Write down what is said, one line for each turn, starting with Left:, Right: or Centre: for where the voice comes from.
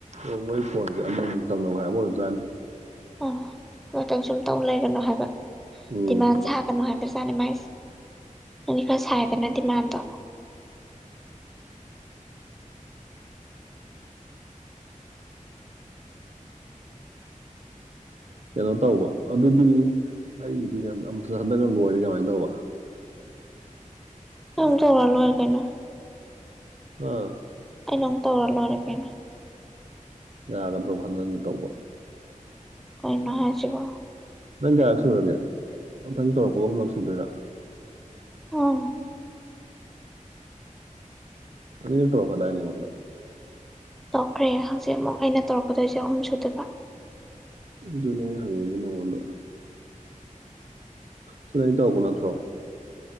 Right: ꯑꯣ ꯃꯣꯏ ꯐꯣꯟꯖꯦ ꯑꯃꯨꯃꯨꯛ ꯇꯧꯅꯧ ꯍꯥꯏꯕ ꯑꯣꯏꯕꯖꯥꯠꯅꯤ
Centre: ꯑꯣ ꯃꯣꯏꯇꯪ ꯁꯨꯝ ꯇꯧ ꯂꯩꯒꯅꯣ ꯍꯥꯏꯕ
Right: ꯎꯝ
Centre: ꯗꯤꯃꯥꯟ ꯁꯥ ꯀꯩꯅꯣ ꯍꯥꯏꯕꯖꯥꯠꯅꯤ ꯃꯥꯏꯁꯦ ꯅꯪꯗꯤ ꯈꯔ ꯁꯥꯏꯗꯅ ꯗꯤꯃꯥꯟꯗꯣ
Right: ꯀꯩꯅꯣ ꯇꯧꯕ ꯑꯗꯨꯗꯤ ꯑꯩꯒꯤꯗꯤ ꯑꯃꯨ ꯍꯟꯗꯛ ꯂꯣꯏꯔꯦ ꯀꯃꯥꯏꯅ ꯇꯧꯕ
Centre: ꯑꯩ ꯑꯗꯨꯝ ꯇꯧꯔ ꯂꯣꯏꯔꯦ ꯀꯩꯅꯣ
Right: ꯑꯥ
Centre: ꯑꯩꯅ ꯑꯃꯨꯛ ꯇꯧꯔꯥ ꯂꯣꯏꯔꯦ ꯀꯩꯅꯣ
Right: ꯌꯥꯒꯗ꯭ꯔꯣꯕ ꯍꯟꯖꯟ ꯍꯟꯖꯟ ꯇꯧꯕ
Centre: ꯀꯩꯅꯣ ꯍꯥꯏꯁꯤꯕꯣ
Right: ꯅꯪ ꯀꯌꯥꯔꯛ ꯁꯨꯔꯒꯦ ꯃꯊꯪ ꯇꯧꯔꯛꯄꯒ ꯑꯍꯨꯝꯂꯛ ꯁꯨꯗꯣꯏꯔꯥ
Centre: ꯑꯝ
Right: ꯑꯅꯤꯔꯛ ꯇꯧꯔꯛꯈꯔꯥꯗꯥꯏꯅꯦ ꯑꯩꯉꯣꯟꯗ
Centre: ꯇꯧꯈ꯭ꯔꯦ ꯍꯧꯖꯤꯛ ꯑꯃꯨꯛ ꯑꯩꯅ ꯇꯧꯔꯛꯀꯗꯣꯏꯁꯦ ꯑꯍꯨꯝ ꯁꯨꯗꯣꯏꯕ
Right: ꯑꯗꯨꯅꯦ ꯑꯩ ꯍꯪꯉꯤꯗꯨ ꯅꯉꯣꯟꯗ ꯁꯤꯗꯩ ꯇꯧꯕ ꯅꯠꯇ꯭ꯔꯣ